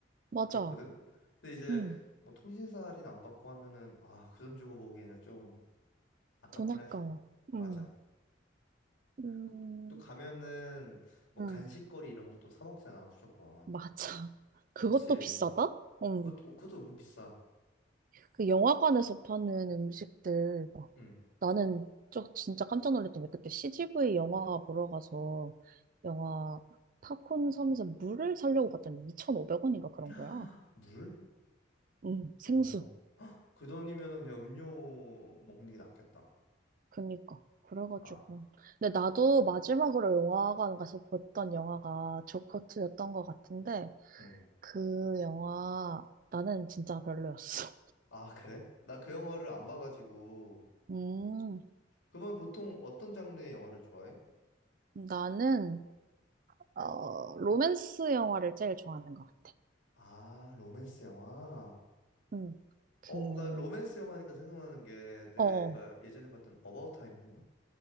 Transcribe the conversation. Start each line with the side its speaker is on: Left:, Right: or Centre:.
Right: 맞아.
Left: 그렇거든. 근데 이제
Right: 응,
Left: 뭐 통신사 할인 안 받고 하면은 아, 그 돈 주고 보기에는 좀 아깝긴
Right: 돈 아까워.
Left: 하지.
Right: 응,
Left: 맞아.
Right: 음,
Left: 그- 또 가면은 뭐
Right: 응.
Left: 간식거리 이런 것도 사 먹잖아, 무조건.
Right: 맞아. 그것도
Left: 그치.
Right: 비싸다? 응.
Left: 그것도 어, 그것도 은근 비싸.
Right: 그 영화관에서 파는 음식들, 막.
Left: 응.
Right: 나는 저 진짜 깜짝 놀랐던 게 그때 CGV 영화 보러 가서 영화 팝콘 섬에서 물을 사려고 봤더니 2,500원인가 그런
Left: <gasps>
Right: 거야.
Left: 물?
Right: 응, 생수.
Left: 오. 그 돈이면은 그냥 음료 먹는 게 낫겠다.
Right: 그니까. 그래가지고.
Left: 아.
Right: 근데 나도 마지막으로 영화관 가서 봤던 영화가 조커2였던 것 같은데
Left: 응.
Right: 그 영화 나는 진짜 별로였어.
Left: 아, 그래? 나 그 영화를 안 봐가지고.
Right: <laughs> 음,
Left: 그러면 보통 어떤 장르의 영화를 좋아해?
Right: 나는 어, 로맨스 영화를 제일 좋아하는 것 같아.
Left: 아, 로맨스 영화?
Right: 음, 그,
Left: 어, 나 로맨스 영화니까 생각나는 게 내가
Right: 어, 어,
Left: 예전에 봤던 어바웃 타임이었나?